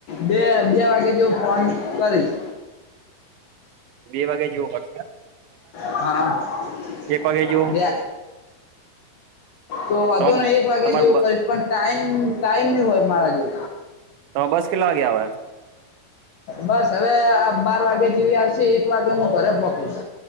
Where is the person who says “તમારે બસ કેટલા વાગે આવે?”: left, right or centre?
Right